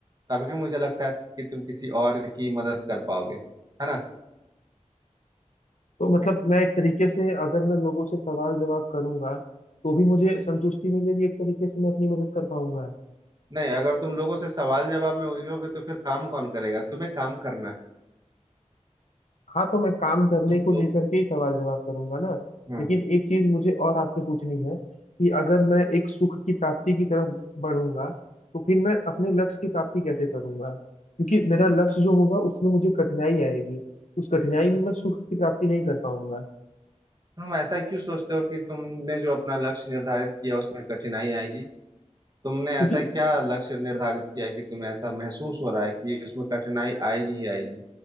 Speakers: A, on the right; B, on the left.
A: तभी मुझे लगता है कि तुम किसी और की मदद कर पाओगे है ना
B: तो मतलब मैं एक तरीके से अगर मैं लोगों से सवाल जवाब करूंगा तो भी मुझे संतुष्टि मिलेगी एक तरीके से मैं अपनी मदद कर पाऊंगा
A: नहीं अगर तुम लोगों से सवाल जवाब में उलझोगे तो फिर काम कौन करेगा तुम्हें काम करना है
B: हाँ तो मैं काम करने
A: तुम
B: को
A: लोग
B: लेकर के ही सवाल जवाब करूंगा ना
A: हम्म
B: लेकिन एक चीज मुझे और आपसे पूछनी है कि अगर मैं एक सुख की प्राप्ति की तरफ बढ़ूंगा तो फिर मैं अपने लक्ष्य की प्राप्ति कैसे करूंगा क्योंकि मेरा लक्ष्य जो होगा उसमें मुझे कठिनाई आएगी उस कठिनाई में मैं सुख की प्राप्ति नहीं कर पाऊंगा
A: तुम ऐसा क्यों सोचते हो कि तुमने जो अपना लक्ष्य निर्धारित किया उसमें कठिनाई आएगी तुमने
B: क्योंकि
A: ऐसा क्या लक्ष्य निर्धारित किया कि तुम्हें ऐसा महसूस हो रहा है कि उसमें कठिनाई आएगी ही आएगी